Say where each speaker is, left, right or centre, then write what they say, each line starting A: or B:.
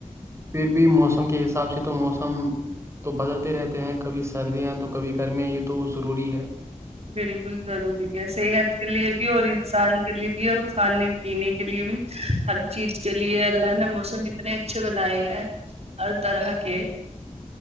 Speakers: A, on the right (about 20°); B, on the right (about 55°).
A: پھر بھی موسم کے حساب سے تو موسم تو بدلتے رہتے ہیں کبھی سردیاں تو کبھی گرمیاں یہ تو ضروری ہے
B: بالکل ضروری ہے صحت کے لیے بھی اور انسان کے لیے بھی اور کھانے پینے کے لیے بھی ہر چیز کے لیے اللہ نے موسم اتنے اچھے بنائے ہیں ہر طرح کے